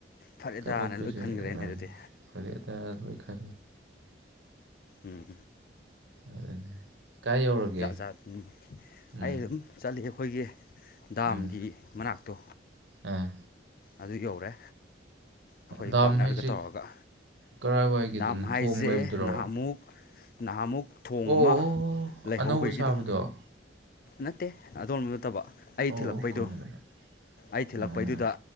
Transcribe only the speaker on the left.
ꯐꯔꯦꯗꯥꯅ
ꯂꯣꯏ ꯈꯟꯈ꯭ꯔꯦꯅꯦ ꯑꯗꯨꯗꯤ
ꯎꯝ
ꯖꯥꯠ ꯖꯥꯠ
ꯑꯩ ꯑꯗꯨꯝ ꯆꯠꯂꯤ ꯑꯩꯈꯣꯏꯒꯤ ꯗꯥꯝꯒꯤ
ꯃꯅꯥꯛꯇꯣ꯫
ꯑꯗꯨ ꯌꯧꯔꯦ꯫ ꯑꯩꯈꯣꯏ
ꯄꯥꯔꯠꯅꯔꯒ
ꯇꯧꯔꯒ
ꯗꯥꯝ ꯍꯥꯏꯁꯦ
ꯅꯍꯥꯟꯃꯨꯛ__ ꯅꯍꯥꯃꯨꯛ ꯊꯣꯡ
ꯑꯃ
ꯂꯩꯍꯧꯕꯒꯤꯗꯣ꯫
ꯅꯠꯇꯦ ꯑꯗꯣꯟꯝꯕ ꯅꯠꯇꯕ ꯑꯩ
ꯊꯤꯜꯂꯛꯄꯩꯗꯣ
ꯑꯩ ꯊꯤꯜꯂꯛꯄꯩꯗꯨꯗ__